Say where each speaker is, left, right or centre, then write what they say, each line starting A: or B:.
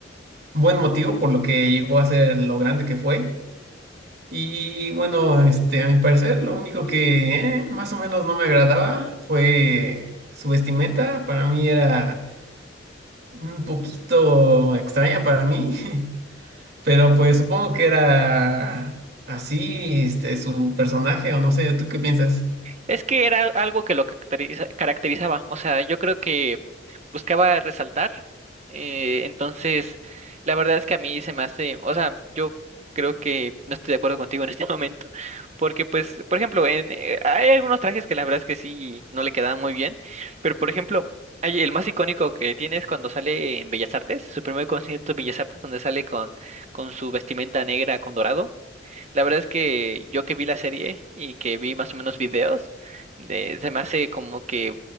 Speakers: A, on the right; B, on the right.
A: buen motivo por lo que llegó a ser lo grande que fue. Y bueno, este, a mi parecer, lo único que eh, más o menos no me agradaba fue su vestimenta. Para mí era un poquito extraña para mí. <laughs> Pero pues supongo que era así, este, su personaje, o no sé, ¿tú qué piensas?
B: Es que era algo que lo caracteriza- caracterizaba, o sea, yo creo que buscaba resaltar, eh, entonces la verdad es que a mí se me hace, o sea, yo creo que no estoy de acuerdo contigo en este <laughs> momento, porque pues, por ejemplo, en, eh, hay algunos trajes que la verdad es que sí no le quedaban muy bien, pero por ejemplo, hay, el más icónico que tiene es cuando sale en Bellas Artes, su primer concierto en Bellas Artes, donde sale con, con su vestimenta negra con dorado. La verdad es que yo que vi la serie y que vi más o menos videos, de- se me hace como que,